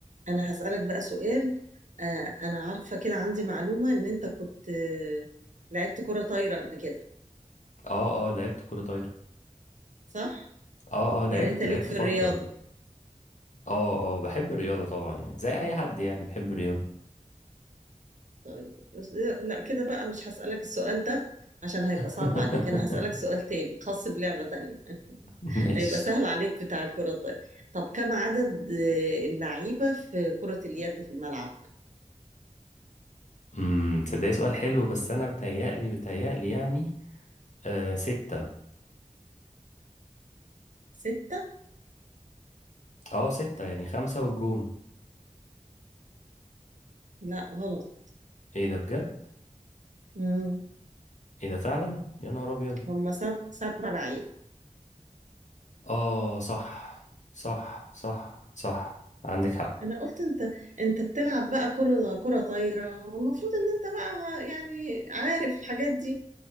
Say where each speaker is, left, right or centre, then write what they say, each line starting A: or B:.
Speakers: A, on the right (about 70°); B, on the left (about 65°).
A: انا هسألك بقى سؤال آه انا عارفة كده عندي معلومة ان انت كنت آه، لعبت كرة طايرة قبل كده
B: اه اه لعبت كرة طايرة
A: صح؟
B: اه اه لعبت
A: يعني انت ليك
B: لعبت
A: في
B: فترة
A: الرياضة
B: اه اه بحب الرياضة طبعا يعني زي اي حد يعني بحب الرياضة
A: طيب بس لا كده بقى مش هسألك السؤال ده عشان هيبقى
B: <laughs>
A: صعب عليك انا هسألك سؤال تاني خاص بلعبة تانية <laughs>
B: ماشي
A: هيبقى سهل عليك بتاع الكرة الطايرة طب كم عدد آه، اللعيبة في كرة اليد في الملعب
B: امم تصدقي سؤال حلو بس انا بتهيألي بتهيألي يعني آه ستة
A: ستة
B: اه ستة يعني خمسة والجون
A: لا غلط
B: ايه ده بجد
A: مم.
B: ايه ده فعلا يا نهار ابيض
A: هم سب... سبع لعيبة
B: اه صح صح صح صح عندك حق
A: انا قلت انت انت بتلعب بقى كرة كرة طايرة والمفروض ان انت بقى يعني عارف الحاجات دي